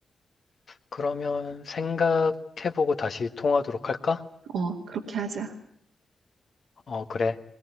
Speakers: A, on the left (about 60°); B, on the right (about 85°).
A: 그러면 생각해보고 다시 통화하도록 할까?
B: 어, 그렇게 하자.
A: 어, 그래.